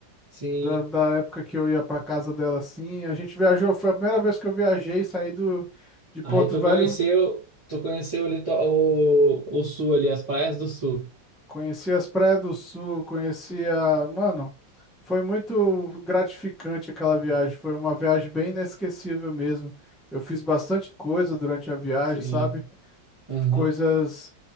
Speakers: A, on the right; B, in the centre.
A: Sim.
B: Da, da época que eu ia pra casa dela assim. A gente viajou, foi a primeira vez que eu viajei, saí do, de Porto
A: Aí tu
B: Velho,
A: conheceu, tu conheceu o, lito- o, o sul ali, as praias do sul.
B: conheci as praias do Sul, conheci a. Mano, foi muito gratificante aquela viagem. Foi uma viagem bem inesquecível mesmo. Eu fiz bastante coisa durante a viagem,
A: Sim.
B: sabe?
A: Aham.
B: Coisas